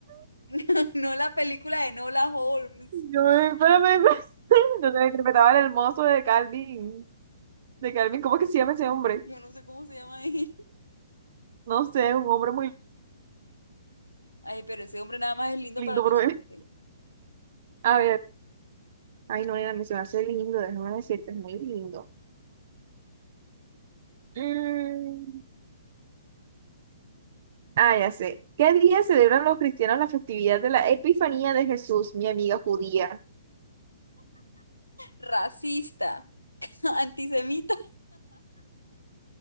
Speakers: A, on the left (about 85°); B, on the right (about 45°).
A: <laughs> No la película de Nola Holmes.
B: Yo me, pero me, me- <laughs> donde me interpretaba el hermoso de Calvin, de Calvin, ¿cómo que se llama ese hombre?
A: Yo no sé cómo se llama ahí.
B: No sé, un hombre muy
A: <laughs> Ay, pero ese hombre nada más es lindo
B: lindo,
A: para los
B: pero él-
A: hombres.
B: <laughs> A ver, ay no, nena, me se me hace lindo, déjame decirte, es muy lindo. Mm, Ah, ya sé. ¿Qué día celebran los cristianos la festividad de la Epifanía de Jesús, mi amiga judía?
A: Racista, <laughs> antisemita.